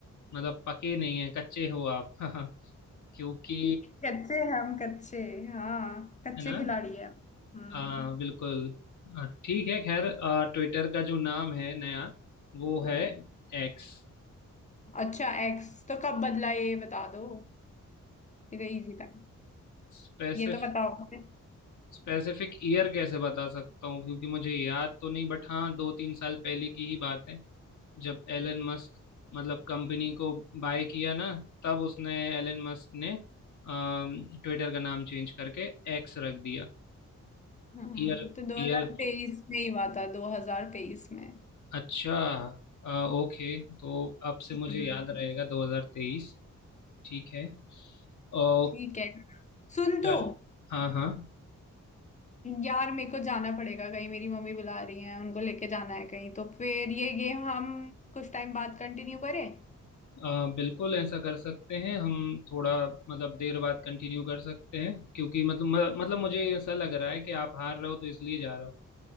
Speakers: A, on the left (about 70°); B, on the left (about 25°).
A: मतलब पके नहीं हैं कच्चे हो आप <laughs> क्योंकि
B: कच्चे हैं हम कच्चे हाँ कच्चे
A: है ना
B: खिलाड़ी हैं हम। हम्म
A: अ, बिल्कुल अ, ठीक है खैर ट्विटर का जो नाम है नया वो है एक्स
B: अच्छा एक्स तो कब बदला ये बता दो ये तो इजी था
A: स्पेसिफिक
B: ये तो पता होगा
A: स्पेसिफिक ईयर कैसे बता सकता हूँ क्योंकि मुझे याद तो नहीं बट हाँ दो तीन साल पहले की ही बात है जब एलन मस्क मतलब कंपनी को बाय किया ना तब उसने एलन मस्क ने ट्विटर का नाम चेंज करके एक्स रख दिया
B: हाँ
A: ईयर
B: तो 2023
A: ईयर
B: में ही हुआ था 2023 में
A: अच्छा अ, ओके तो अब से
B: हम्म
A: मुझे याद रहेगा 2023 ठीक है ओ
B: ठीक है सुन तो
A: चल हाँ हाँ
B: यार मेरे को जाना पड़ेगा कहीं मेरी मम्मी बुला रही हैं उनको लेके जाना है कहीं तो फिर ये गेम हम कुछ टाइम बाद कंटिन्यू करें
A: अ, बिल्कुल ऐसा कर सकते हैं हम थोड़ा मतलब देर बाद कंटिन्यू कर सकते हैं क्योंकि मतलब मतलब मुझे ऐसा लग रहा है कि आप हार रहे हो तो इसलिए जा रहे हो